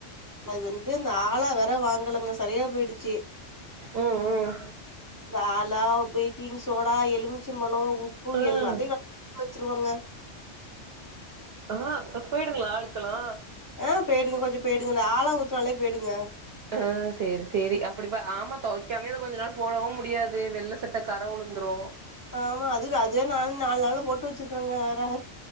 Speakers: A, on the left; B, on the right.
A: அது வந்து இந்த ஆலா வேர த்த வாங்கலங்க சரியா போயிடுச்சு
B: ம்
A: இந்த ஆலா போய் க்கிங் சோடா எலுமிச்சிம்பழோ உப்பு
B: ம்
A: எல்லாத்தையு கலந்து வச்சுருவங்க
B: ஆ போயிடுங்களா அழுக்கலா
A: ஆ போய்டுங்க கொஞ்ச போய்டுங்க இந்த ஆலா ஊத்துனாலே போய்டுங்க
B: ஆ செரி செரி அப்டிபுப் பா ஆமா தொவைக்காமயே அத கொஞ்ச நாள் போடவு முடியாது வெள்ள சட்டை கற உளுந்துரு
A: ஆமா அது அதுவே நானு நாலு நாளா போட்டு வெச்சிருக்குறேங்க வேற